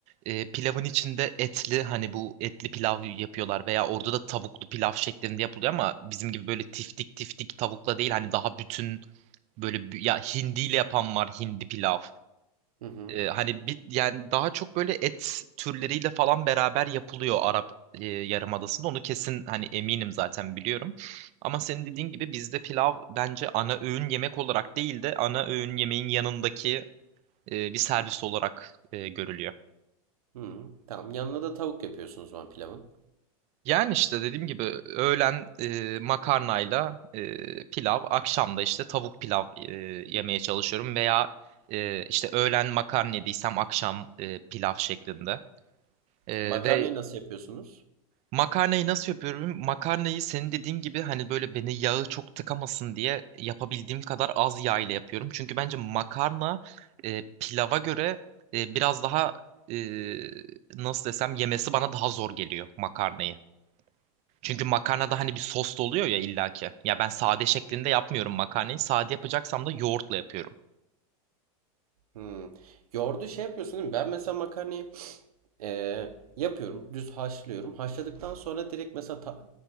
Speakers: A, on the right; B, on the right.
A: E, pilavın içinde etli hani bu etli pilav yapıyorlar veya orada da tavuklu pilav şeklinde yapılıyor ama bizim gibi böyle tiftik tiftik tavukla değil hani daha bütün böyle bü- ya hindiyle yapan var hindi pilav.
B: Hı hı.
A: E, hani bir yani daha çok böyle et türleriyle falan beraber yapılıyor Arap e, Yarımadası'nda. Onu kesin hani eminim zaten biliyorum. Ama senin dediğin gibi bizde pilav bence ana öğün yemek olarak değil de ana öğün yemeğin yanındaki e, bir servis olarak e, görülüyor.
B: Hı hı. Tamam yanına da tavuk yapıyorsunuz o zaman pilavın.
A: Yani işte dediğim gibi öğlen e, makarnayla e, pilav, akşamda işte tavuk pilav e, yemeye çalışıyorum veya e, işte öğlen makarna yediysem akşam e, pilav şeklinde. E,
B: Makarnayı
A: ve
B: nasıl yapıyorsunuz?
A: Makarnayı nasıl yapıyorum? Makarnayı senin dediğin gibi hani böyle beni yağı çok tıkamasın diye yapabildiğim kadar az yağ ile yapıyorum. Çünkü bence makarna e, pilava göre e, biraz daha e, nasıl desem yemesi bana daha zor geliyor makarnayı. Çünkü makarnada hani bir sos da oluyor ya illaki. Ya ben sade şeklinde yapmıyorum makarnayı. Sade yapacaksam da yoğurtla yapıyorum.
B: Hı. Yoğurdu şey yapıyorsun değil mi? Ben mesela makarnayı Ee, yapıyorum. Düz haşlıyorum. Haşladıktan sonra direkt mesela ta-